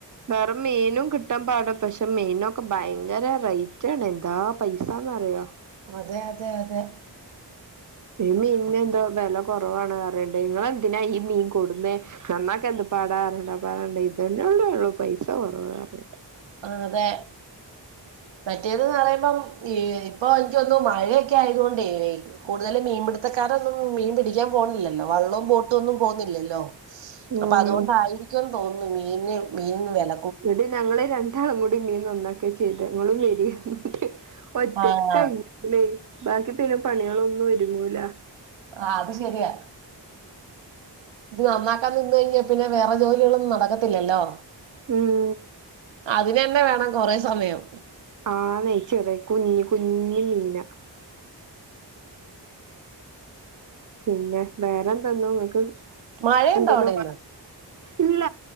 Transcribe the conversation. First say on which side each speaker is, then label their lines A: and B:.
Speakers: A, on the right (about 45°); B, on the right (about 80°).
A: വേറെ മീനും കിട്ടാൻ പാട പക്ഷേ മീനൊക്കെ ഭയങ്കര റേറ്റ് ആണ് എന്താ പൈസാന്ന്റിയോ
B: അതെ അതെ അതെ
A: ഈ മീനിന് എന്തോ വില കുറവാണ് പറയണ്ട് ഇങ്ങളെന്തിനാ ഈ മീൻ കൊടുന്നേ നന്നാക്ക എന്ത് പാടാ അരട അപ്പോ പറണ്ട് ഇതന്നെ ഉള്ളൂള്ളു പൈസ കുറവുള്ളത്.
B: ആ അതെ മറ്റേതന്ന് പറയുമ്പം ഇപ്പൊ എനിക്ക് തോന്നുന്നു മഴയൊക്കെ ആയതുകൊണ്ടേക്കും കൂടുതല് മീൻപിടുത്തക്കാരൊന്നും മീൻ പിടിക്കൻ പോണില്ലല്ലോ വള്ളവും ബോട്ടും ഒന്നും പോകുന്നില്ലല്ലോ
A: ഉം
B: അപ്പൊ അതുകൊണ്ടായിരിക്കും തോന്നുന്നു മീന്ന് മീനിന് വില
A: ഇന്നിട്ട ഞങ്ങള് രണ്ടാളും കൂടി മീൻ നന്നാക്കാ ചെയ്തെ ഇങ്ങളും വരിങ്ങട്ട് ഒറ്റക്ക്
B: ആഹ്
A: കഴിയൂലെ ബാക്കി പിന്നെ പണികളൊന്നും ഒരുങ്ങൂല
B: ആ അത് ശരിയാ ഇത് നന്നാക്കാൻ നിന്ന് കഴിഞ്ഞാൽ പിന്നെ വേറെ ജോലികളൊന്നും നടക്കത്തില്ലല്ലോ.
A: ഉം
B: അതിനന്നെ വേണം കൊറേ സമയം
A: ആന്നെ ചെറിയ കുഞ്ഞു കുഞ്ഞി മീനാ പിന്നെ വേറെന്തന്നും നിങ്ങക്ക്
B: മഴയുണ്ടോ
A: എന്തേലും
B: അവിടെ ഇന്ന്
A: ഇല്ല